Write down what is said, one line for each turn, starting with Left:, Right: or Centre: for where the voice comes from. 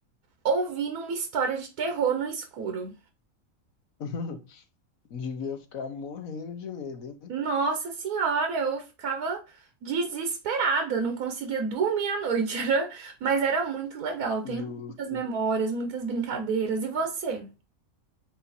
Right: ouvindo uma história de terror no escuro.
Left: <laughs> Devia ficar morrendo de medo, hein?
Right: Nossa senhora, eu ficava desesperada, não conseguia dormir à noite, <laughs> era... mas era muito legal. Tenho
Left: Justo.
Right: muitas memórias, muitas brincadeiras. E você?